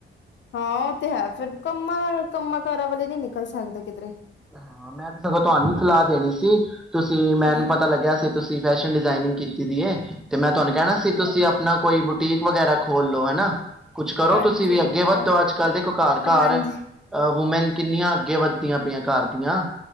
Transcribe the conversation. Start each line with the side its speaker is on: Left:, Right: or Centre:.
Left: ਹਾਂ ਉਹ ਤੇ ਹੈ ਫਿਰ। ਕੰਮਾਂ, ਕੰਮਾਂ -ਕਾਰਾਂ ਵਾਲੇ ਨਹੀਂ ਨਿਕਲ ਸਕਦੇ ਕਿਧਰੇ।
Centre: ਹਾਂ, ਮੈਂ ਤੇ ਸਗੋਂ ਤੁਹਾਨੂੰ ਸਲਾਹ ਦੇਣੀ ਸੀ। ਤੁਸੀਂ, ਮੈਨੂੰ
Left: ਹੂੰ
Centre: ਪਤਾ ਲੱਗਿਆ ਸੀ ਤੁਸੀਂ ਫੈਸ਼ਨ ਡਿਜ਼ਾਇਨਿੰਗ ਕੀਤੀ ਦੀ ਏ। ਤੇ ਮੈਂ ਤੁਹਾਨੂੰ ਕਹਿਣਾ ਸੀ, ਤੁਸੀਂ ਆਪਣਾ ਕੋਈ ਬੁਟੀਕ- ਵਗੈਰਾ ਖੋਲ ਲੋ ਹੈਨਾ। ਕੁਛ ਕਰੋ
Left: ਹਾਂਜੀ-ਹਾਂਜੀ-ਹਾਂਜੀ
Centre: ਤੁਸੀਂ ਵੀ ਅੱਗੇ ਵੱਦੋ,
Left: ਹਾਂ
Centre: ਅੱਜ-ਕਲ ਦੇਖੋ ਘਰ- ਘਰ
Left: ਹਾਂਜੀ
Centre: ਅ ਵੂਮੈਨ- ਕਿੰਨੀਆਂ ਅੱਗੇ ਵੱਧਦੀਆਂ ਪੀਆਂ। ਘਰ ਦੀਆਂ।